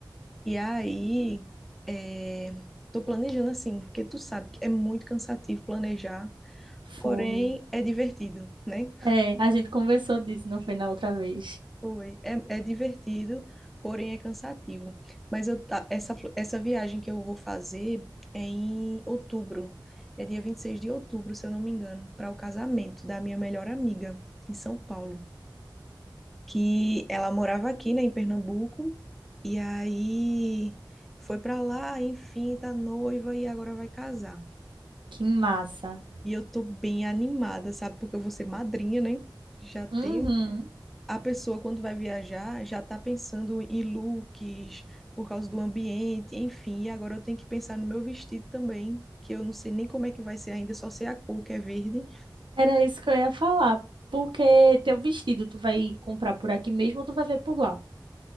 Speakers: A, in the centre; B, on the right.
A: E aí, é... tô planejando assim, porque tu sabe que é muito cansativo planejar,
B: foi.
A: porém é divertido, né?
B: É, a gente conversou disso, não foi na outra vez.
A: Foi. É, é divertido, porém é cansativo. Mas eu, ta- essa, fl- essa viagem que eu vou fazer é em outubro. É dia 26 de outubro, se eu não me engano, para o casamento da minha melhor amiga em São Paulo. Que ela morava aqui, né, em Pernambuco, e aí foi para lá, enfim, tá noiva e agora vai casar.
B: Que massa.
A: E eu tô bem animada, sabe? Porque eu vou ser madrinha, né? Já tenho
B: Uhum.
A: a pessoa, quando vai viajar, já está pensando em looks, por causa do ambiente, enfim. E agora eu tenho que pensar no meu vestido também, que eu não sei nem como é que vai ser ainda, só sei a cor, que é verde.
B: Era isso que eu ia falar. Porque teu vestido, tu vai comprar por aqui mesmo ou tu vai ver por lá?